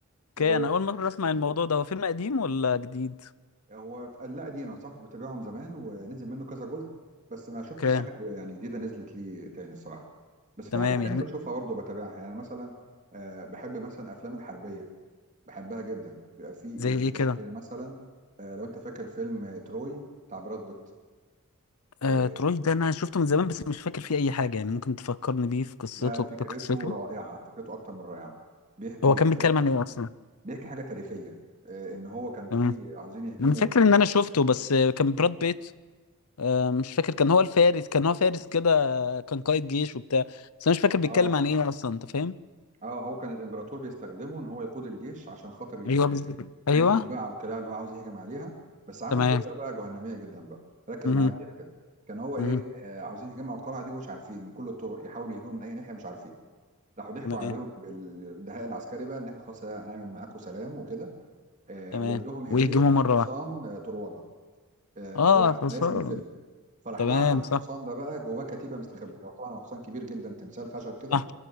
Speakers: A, on the left; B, on the right.
A: اوكي
B: وهو
A: انا اول مرة اسمع الموضوع ده هو فيلم قديم ولا جديد
B: في- لا قديم صح كنت بتابعهم زمان ونزل منه كذا جزء بس ما شفتش
A: اوكي
B: حاجه يعني جديده نزلت لي تاني الصراحه بس في
A: تمام
B: حاجات تانية
A: يعني
B: بشوفها برضه بتابعها يعني مثلا آه، بحب مثلا افلام الحربيه بحبها جدا بيبقى فيه
A: زي ايه
B: زي
A: كده
B: زي مثلا آه، لو انت فاكر فيلم آه، تروي بتاع براد بيت
A: آه،
B: آه،
A: تروي ده انا شفته من زمان بس مش فاكر فيه اي حاجة يعني ممكن تفكرني بيه في قصته
B: ده فكرته
A: بقصته
B: رائعه فكرته اكتر من رائعه بيحكي
A: هو كان
B: حاجه
A: بيتكلم عن ايه اصلا
B: بيحكي حاجه تاريخيه آه، ان هو كان فيه
A: تمام
B: عاوزين يهجموا
A: انا فاكر ان انا شفته بس آه، كان براد بيت آه، مش فاكر كان هو الفارس كان هو فارس كده كان قائد جيش وبتاع بس انا مش فاكر بيتكلم
B: اه
A: عن ايه اصلا انت فاهم
B: اه هو كان الامبراطور بيستخدمه ان هو يقود الجيش عشان خاطر ي-
A: ايوه بز... ايوه
B: يهجم بقى على القلاع اللي هو عاوز يهجم عليها بس عمل
A: تمام
B: فكره بقى جهنميه جدا بقى ركز
A: مهم.
B: معايا فيها كده كان هو ايه
A: مهم.
B: آه، عاوزين يهجموا على القلعه دي ومش عارفين من كل الطرق يحاولوا يهجموا من اي ناحيه مش عارفين راحوا ضحكوا
A: تمام
B: عليهم بالدهاء العسكري بقى ان احنا خلاص هنعمل معاكم سلام وكده آه،
A: تمام
B: ودوهم هديه
A: ويهجموا مره
B: حصان
A: واحده
B: آه، طرواده آه،
A: اه
B: اللي هو على
A: حصان
B: على اسم الفيلم فراح
A: تمام
B: بعتوا الحصان
A: صح
B: ده بقى جواه كتيبه مستخبيه هو طبعا هو حصان كبير جدا تمثال خشب كده
A: صح